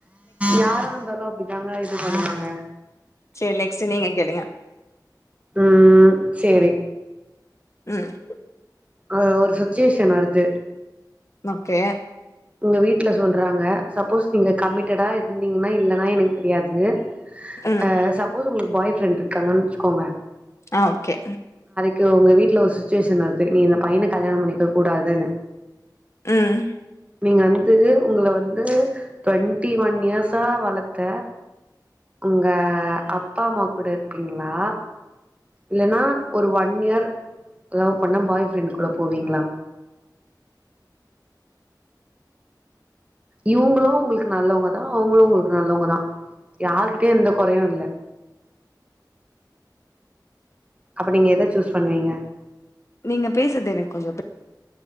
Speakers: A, on the right; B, on the left.
A: யாரா இருந்தாலு அப்டித்தாங்க இது பண்ணுவாங்க
B: செரி நெக்ஸ்ட்டு நீங்க கேளுங்க
A: ம் சேரி
B: ம்
A: அ ஒரு சுச்சுவேஷன் வருது
B: ஓகே
A: உங்க வீட்ல சொல்றாங்க சப்போஸ் நீங்க கம்மிட்டடா இருந்தீங்கனா இல்லனா எனக்கு தெரியாது
B: ம்
A: அ சப்போஸ் உங்களுக்கு பாய் ஃப்ரெண்ட் இருக்காங்கன் வச்சுக்கோங்க
B: ஆ ஓகே
A: க உங்க வீட்ல ஒரு சுச்சுவேஷன் வருது நீ இந்த பையன கல்யாண பண்ணிக்க கூடாதுன்னு
B: ம்
A: நீங்க வந்து உங்கள வந்து டுவெண்ட்டி ஒன் இயர்ஸா வளத்த உங்க அப்பாம்மா கூட இருப்பீங்ளா இல்லனா ஒரு ஒன் இயர் லவ் பண்ண பாய் ஃப்ரெண்ட் கூட போவீங்ளா இவுங்களு உங்களுக்கு நல்லவ்ங்க தா அவுங்களு உங்களுக்கு நல்லவ்ங்க தா யாருகிட்ட எந்த கொறையு இல்ல அப்ப நீங்க எத சூஸ் பண்ணுவீங்க
B: நீங்க பேசுறது எனக்கு கொஞ்ச இது